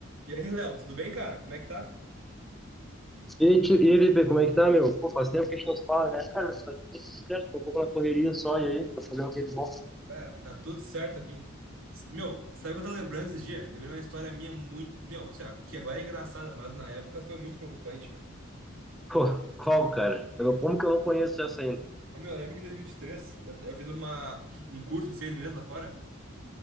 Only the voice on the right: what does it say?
E aí, Léo, tudo bem, cara? Como é que tá?
Cara, Tá tudo certo aqui. S- Meu, sabe o que eu tava lembrando esses dias? Lembrei uma história minha muito. Meu, assim, ó, que agora é engraçada, mas na época foi muito preocupante, meu.
Ó, meu, eu lembro que em 2023 eu, eu fiz uma, <laughs> um curso de seis meses lá fora.